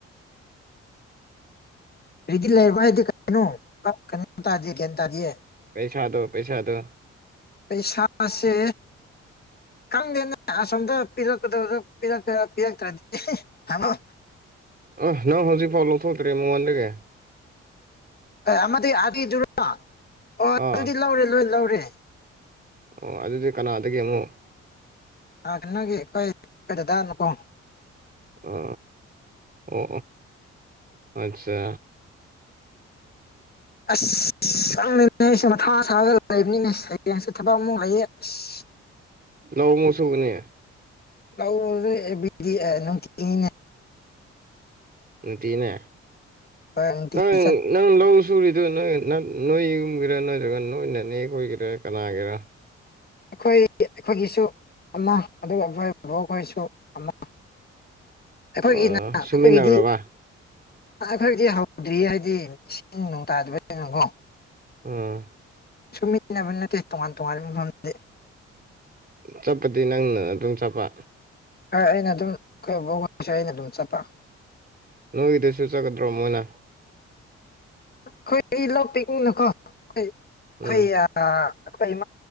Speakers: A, on the left; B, on the right.
A: ꯂꯩꯗꯤ ꯂꯩꯔꯕ ꯗꯤ ꯀꯔꯤꯅꯣ ꯚꯥꯞ ꯇꯥꯗꯦ ꯒꯌ꯭ꯥꯟ ꯇꯗꯤꯌꯦ
B: ꯄꯩꯁꯥꯗꯣ ꯄꯩꯁꯥꯗꯣ
A: ꯄꯩꯁꯥꯥꯁꯦ ꯈꯪꯗꯦꯅꯦ ꯑꯁꯣꯝꯗ ꯄꯤꯔꯛꯀꯗ ꯄꯤꯔꯛꯇ꯭ꯔꯗꯤꯃꯣ
B: ꯑ ꯅꯪ ꯍꯧꯖꯤꯛ ꯐꯥꯎꯊꯣꯛꯇ꯭ꯔꯦ ꯃꯣ ꯋꯥꯟꯗꯒ
A: ꯑꯃꯗꯤ ꯑꯥꯕꯤꯗꯨꯔꯣ ꯑꯣ
B: ꯑꯥ
A: ꯑꯗꯨꯗꯤ ꯂꯧꯔꯦ ꯂꯣꯏ ꯂꯧꯔꯦ
B: ꯑꯣ ꯑꯗꯨꯗꯤ ꯀꯅꯥꯗꯒꯤ ꯑꯃꯨꯛ
A: ꯑꯒꯤ ꯑꯩꯈꯣꯏ ꯀꯩꯗꯅꯀꯣ
B: ꯑ ꯑꯣ ꯑꯠꯆꯥ
A: ꯑꯁ ꯆꯪꯅꯅꯦꯃ ꯊꯥ ꯁꯥꯒ ꯂꯩꯐꯅꯤꯅꯦ ꯍꯌꯦꯡꯁꯨ ꯊꯕꯛ ꯑꯃꯨꯉꯌꯦ ꯑꯁ
B: ꯂꯧ ꯃꯁꯨꯅꯦ
A: ꯂꯧꯦꯕꯤꯗꯤ ꯑꯦꯅꯨꯡꯅꯦ
B: ꯇꯤꯅꯦ
A: ꯅꯨꯡꯇꯤꯒꯤ
B: ꯅꯪ
A: ꯆꯠ
B: ꯅꯪ ꯂꯧ ꯁꯨꯔꯤꯗꯣ ꯅꯣꯏ ꯅꯣꯏ ꯌꯨꯝꯒꯤꯦꯔꯥ ꯅꯣꯏꯠꯇ꯭ꯔꯒ ꯅꯣꯏꯅꯅꯦ ꯈꯣꯏꯒꯤꯔꯥ ꯀꯅꯥꯒꯤꯔ
A: ꯑꯩꯈꯣꯏ ꯑꯩꯈꯣꯏꯒꯤꯁꯨ ꯑꯃ ꯑꯗꯨꯒ ꯑꯩꯕꯣꯏ ꯕꯕꯣꯛ ꯑꯩꯈꯣꯏꯁꯨ ꯑꯃ
B: <inaudible>
A: ꯑꯩꯈꯣꯏꯒꯤꯅ
B: ꯑꯣ ꯁꯨꯃꯤꯟꯅꯕ꯭ꯔꯕ
A: ꯑꯩꯈꯣꯏꯒꯤꯗꯤ ꯈꯛꯇꯤ ꯍꯧꯗ꯭ꯔꯤ ꯍꯥꯏꯗꯤ ꯏꯁꯤꯡ ꯅꯨꯡ ꯇꯥꯗꯕ ꯀꯩꯅꯣꯀꯣ
B: ꯑꯥ
A: ꯁꯨꯃꯤꯟꯅꯕ ꯅꯠꯇꯦ ꯇꯣꯉꯥꯟ ꯇꯣꯉꯥꯟꯕ ꯃꯐꯝꯁꯦ
B: ꯆꯠꯄꯗꯤ ꯅꯪꯅ ꯑꯗꯨꯝ ꯆꯠꯄ
A: ꯍꯣꯏ ꯑꯩꯅ ꯑꯗꯨꯝ ꯑꯩꯈꯣꯏꯕꯁꯦ ꯑꯩꯅ ꯑꯗꯨꯝ ꯆꯠꯄ
B: ꯅꯣꯏꯒꯤꯗꯨꯁꯨ ꯆꯠꯀꯗ꯭ꯔꯣ ꯃꯣꯏꯅ
A: ꯑꯩꯈꯣꯏ ꯑꯩ ꯂ ꯄꯤꯅꯀꯣ ꯑꯩꯣꯏ ꯑꯩꯈꯣꯏ
B: ꯎꯝ
A: ꯑꯩꯈꯣꯏ ꯏ